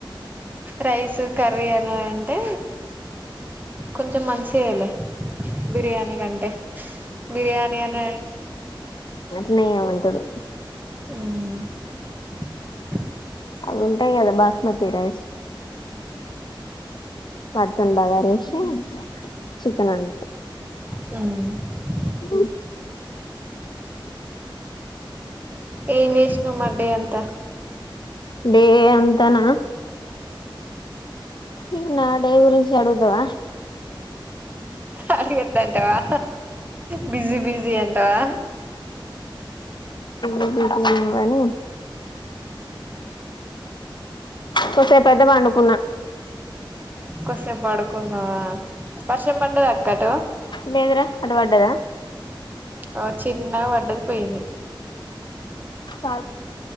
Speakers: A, on the right; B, on the left.
A: రైస్ కర్రీ అని అంటే కొంచెం మంచిదే లే బిర్యానీ కంటే బిర్యానీ అన్న
B: అట్నే చేయమంటాడు
A: మ్
B: అవి ఉంటాయి కదా బాస్మతి రైస్ వాటితోని బగరేస్ శి చికేనోండుత
A: మ్
B: అఓ
A: ఎం చేసినవ్ మరి డే అంత
B: డే అంతనా ఇగ నాడే గురించి అడుగుతవ
A: అడుగోదంటావా బిజి బిజి అంటావా
B: బిజి ఏమో గని కొసేపైతే పండుకున్నా
A: కొసేపు పండుకున్నవా వర్షం పడ్డద అక్క అటు
B: లేదురా అటు పడ్డదా
A: ఓ చిన్నగా పడ్డది పోయింది
B: సాల్